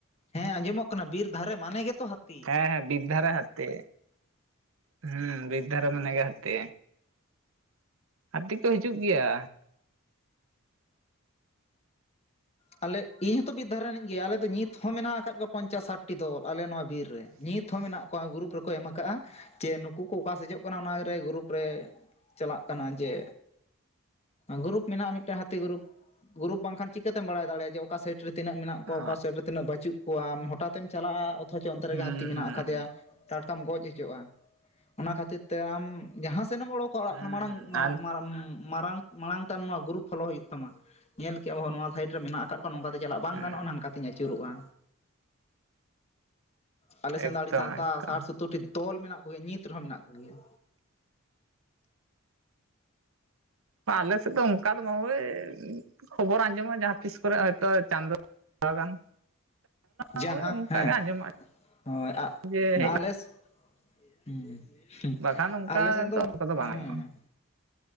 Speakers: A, on the left (about 30°); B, on the right (about 70°).
A: ᱦᱮᱸ ᱟᱸᱡᱚᱢᱚᱜ ᱠᱟᱱᱟ ᱵᱤᱨ ᱫᱷᱟᱨᱮ ᱢᱟᱱᱮ ᱜᱮᱛᱚ ᱦᱟᱹᱛᱤ᱾
B: ᱦᱮᱸ ᱦᱮᱸ, ᱵᱤᱫᱽᱫᱷᱟᱨᱮ ᱦᱟᱹᱛᱤ᱾ ᱦᱩᱸ, ᱵᱤᱫᱽᱫᱷᱟᱨᱮ ᱢᱟᱱᱮ ᱜᱮ ᱦᱟᱹᱛᱤ᱾ ᱦᱟᱛᱤ ᱠᱚ ᱦᱤᱡᱩᱜ ᱜᱮᱭᱟ᱾
A: ᱟᱞᱮᱜ ᱤᱧ ᱦᱚᱸᱛᱚ ᱵᱤᱨᱫᱷᱟᱨ ᱨᱤᱱᱤᱡ ᱜᱮ ᱟᱞᱮ ᱫᱚ ᱱᱤᱛ ᱦᱚᱸ ᱢᱮᱱᱟᱜ ᱟᱠᱟᱫ ᱠᱚᱣᱟ ᱯᱚᱧᱪᱟᱥ ᱥᱟᱴᱴᱤ ᱫᱚᱞ ᱟᱞᱮ ᱱᱚᱣᱟ ᱵᱤᱨ ᱨᱮ ᱱᱤᱛᱼᱼ ᱛᱷᱚ ᱢᱮᱱᱟᱜ ᱠᱚᱣᱟ᱾ ᱜᱩᱨᱩᱯ ᱨᱮᱠᱚ ᱮᱢ ᱟᱠᱟᱜᱼᱟ ᱡᱮ ᱱᱩᱠᱩ ᱠᱚ ᱚᱠᱟ ᱥᱮᱡᱚᱜ ᱠᱟᱱᱟ ᱚᱱᱟᱨᱮ ᱜᱩᱨᱩᱯ ᱨᱮᱼᱼ ᱪᱟᱞᱟᱜ ᱠᱟᱱᱟ ᱡᱮᱼᱼ ᱜᱩᱨᱩᱯ ᱢᱮᱱᱟᱜᱼᱟ ᱢᱤᱫᱴᱮᱜ ᱦᱟᱹᱛᱤ ᱜᱩᱨᱩᱯ᱾ ᱜᱩᱨᱩᱯ ᱵᱟᱝᱠᱷᱟᱱ ᱪᱤᱠᱟᱹᱛᱮᱢ ᱵᱟᱲᱟᱭ ᱫᱟᱲᱮᱭᱟᱜᱼᱟ ᱡᱮᱼᱼ ᱚᱠᱟ ᱥᱟᱤᱴ ᱨᱮ ᱛᱤᱱᱟᱹᱜ ᱢᱮᱱᱟᱜ ᱠᱚᱣᱟ?
B: ᱚ
A: ᱚᱠᱟ ᱥᱟᱤᱴ ᱨᱮ ᱛᱤᱱᱟᱹᱜ ᱵᱟᱹᱪᱩᱜ ᱠᱚᱣᱟᱻᱢ ᱦᱚᱴᱟᱛᱮᱢ ᱪᱟᱞᱟᱜᱼᱟ, ᱚᱛᱷᱚᱪᱚ ᱚᱱᱛᱮ ᱨᱮᱜᱮ
B: ᱦᱩᱸ
A: ᱦᱟᱹᱛᱤ ᱢᱮᱱᱟᱜ
B: ᱦᱩᱸ
A: ᱟᱠᱟᱫᱮᱭᱟ᱾ ᱴᱟᱴᱠᱟᱢ ᱜᱚᱡ ᱚᱪᱚᱜᱼᱟ᱾ ᱚᱱᱟ ᱠᱷᱟᱹᱛᱤᱨ ᱛᱮ ᱟᱢ ᱡᱟᱦᱟᱸ ᱥᱮᱱ ᱮᱢ ᱚᱲᱚᱠᱼᱼ ᱠᱚᱜ-ᱟ ᱚᱲᱟᱜ
B: ᱦᱩᱸ
A: ᱠᱷᱚᱱᱟᱜ
B: ᱟᱨ
A: ᱢᱟᱲᱟᱝ ᱢᱟ <unintelligible> ᱢᱟᱨᱟᱝ, ᱢᱟᱲᱟᱝ ᱛᱮ ᱱᱚᱣᱟ ᱜᱩᱨᱩᱯ ᱯᱷᱚᱞᱳ ᱦᱩᱭᱩᱜ ᱛᱟᱢᱟ, ᱧᱮᱞ ᱠᱮᱜ-ᱟ ᱵᱚ ᱱᱚᱣᱟ ᱥᱟᱭᱤᱴ ᱨᱮ ᱢᱮᱱᱟᱜ-ᱟ ᱠᱟᱫ ᱠᱚᱣᱟ᱾ ᱱᱚᱝᱠᱟᱛᱮ ᱪᱟᱞᱟᱜ ᱵᱟᱝ
B: ᱦᱩᱸ
A: ᱜᱟᱱᱚᱜ-ᱟ ᱱᱟᱝᱠᱟᱛᱤᱧ ᱟᱹᱪᱩᱨᱚᱜ-ᱟ᱾ ᱟᱞᱮ ᱥᱮᱱ
B: ᱮᱠᱫᱚᱢ
A: ᱫᱚ ᱟᱹᱰᱤ ᱥᱟᱦᱛᱟ
B: ᱮᱠᱫᱚᱢ
A: ᱥᱟᱴ ᱥᱳᱛᱳᱨᱴᱤ ᱫᱚᱞ ᱢᱮᱱᱟᱜ ᱠᱚᱜᱮᱭᱟ ᱱᱤᱛ ᱨᱮᱦᱚᱸ ᱢᱮᱱᱟᱜ ᱠᱚᱜᱮᱭᱟ᱾
B: ᱵᱟ, ᱟᱞᱮ ᱥᱮᱫ ᱫᱚ ᱚᱱᱠᱟ ᱫᱚ ᱵᱟᱝ ᱳᱭ ᱠᱷᱚᱵᱚᱨ ᱟᱸᱡᱚᱢᱚᱜ-ᱟ ᱡᱟᱦᱟᱸ ᱛᱤᱥ ᱠᱚᱨᱮ ᱦᱚᱭᱛᱳ ᱪᱟᱸᱫᱚ ᱛᱷᱚᱲᱟ ᱜᱟᱱ᱾
A: ᱡᱟᱦᱟᱸ,
B: ᱳᱭ ᱚᱱᱠᱟ
A: ᱦᱮᱸ᱾
B: ᱜᱮ ᱟᱸᱡᱚᱢᱚᱜᱼᱟ
A: ᱦᱳᱭ, ᱟᱜ
B: ᱡᱮ ᱦᱮᱡ
A: ᱟᱞᱮᱥ ᱦᱩᱸ, ᱦᱩᱸᱜ
B: ᱵᱟᱠᱷᱟᱱ ᱚᱱᱠᱟ
A: ᱟᱞᱮ ᱥᱮᱱ ᱫᱚ᱾
B: ᱠᱚᱫᱚ
A: ᱦᱮᱸ,
B: ᱵᱟᱝ ᱟᱸᱡᱚᱢᱚᱜᱼᱟ